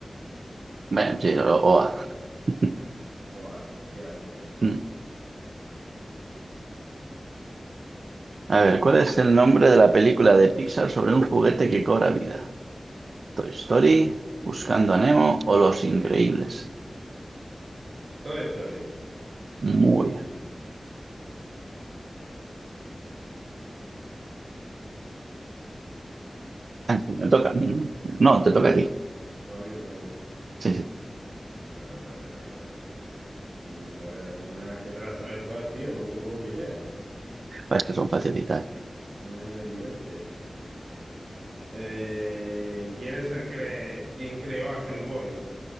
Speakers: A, on the right (about 85°); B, on the right (about 65°).
A: Bueno, sí, o- OA. <laughs>
B: Oa, efectivamente.
A: Mm. A ver, ¿cuál es el nombre de la película de Pixar sobre un juguete que cobra vida? Toy Story, Buscando a Nemo o Los Increíbles.
B: Toy Story.
A: Muy bien. Ah, sí, Me toca a mí, ¿no? No, te toca a ti.
B: A mí me toca a mí.
A: Sí, sí.
B: A ver, a ver, a ver, a ver, a ver. Estoy viendo, a ver, algunas que te las sabes todas, tío, no te puedo pillar.
A: Ah, Es que son facilitas.
B: Manera de pillarte. Eh, ¿quién es el cre- quién creó a Hellboy?